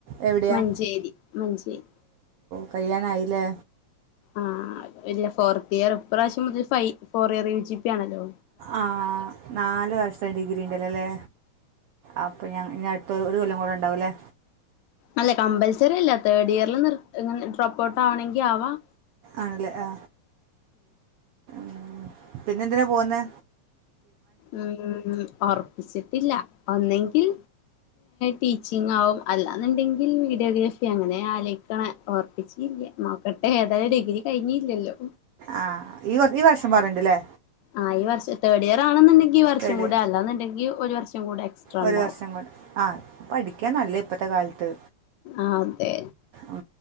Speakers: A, on the right; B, on the left.
A: എവിടെയാ
B: മഞ്ചേരി മഞ്ചേരി
A: കയ്യിനായില്ലേ
B: ആ ഇല്ല ഫോർത്ത് ഇയർ ഇപ്രാവശ്യം മുതൽ ഫൈ ഫോർ ഇയർ യുജിപാണല്ലോ
A: ആ നാല് വർഷം ഡിഗ്രി ഉണ്ടല്ലെലേ അപ്പൊ <unintelligible> അടുത്ത ഒരു കൊല്ലം കൂടെ ഉണ്ടാവൂല്ലെ
B: അല്ലെ കമ്പൽസറി അല്ല തേർഡ് ഇയറിൽ നിർത്തി <unintelligible> പ്രൊപ്പോട്ട് ആവണെങ്കി ആവാം
A: ആണല്ലേ ആ മ് പിന്നെന്തിനാ പോവ്ന്നേ
B: മ് ഉറപ്പിച്ചിട്ടില്ല ഒന്നെങ്കിൽ ടീച്ചിങ്ങാകും അല്ലാന്ന്ണ്ടെങ്കിൽ വീഡിയോഗ്രാഫി അങ്ങനെയാ അലോയ്ക്കനെ ഒറപ്പിച്ചില്ല്യ നോക്ക <unintelligible> ഡിഗ്രി കൈഞ്ഞില്ലല്ലോ
A: ആ ഈ ഈ വർഷം പറയ്ണ്ട്‌ല്ലെ
B: ആ ഈ വർഷ തേഡ് ഇയർ ആണെന്നുണ്ടെങ്കി ഈ വർഷം
A: തേർഡ്
B: കൂടെ അല്ലാ എന്നുണ്ടെങ്കിൽ വർഷം കൂടെ എക്സ്ട്രാ
A: ഒരു
B: ഉണ്ടാവും
A: വർഷം കൊണ്ട് ആ പഠിക്ക്യ ന്നല്ല ഇപ്പത്തെ കാലത്ത്
B: ആ അതെ
A: ആ